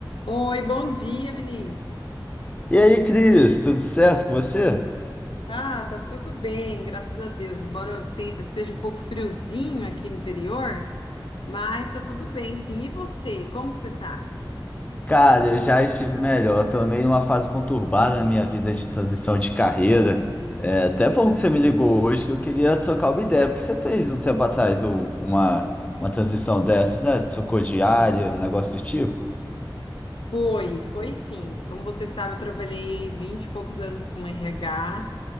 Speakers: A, on the left (about 85°); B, on the left (about 15°).
A: Oi, bom dia, Vinícius.
B: E aí, Cris, tudo certo com você?
A: Ah, tá tudo bem, graças a Deus. Embora eu tenha- esteja um pouco friozinho aqui no interior, mas tá tudo bem, sim. E você, como que você tá?
B: Cara, eu já estive melhor. Eu tô meio numa fase conturbada na minha vida de transição de carreira. É até bom que você me ligou hoje, que eu queria trocar uma ideia, porque você fez um tempo atrás o- uma, uma transição dessas, né? Trocou de área, um negócio do tipo.
A: Foi, foi sim. Como você sabe, eu trabalhei 20 e poucos anos com RH.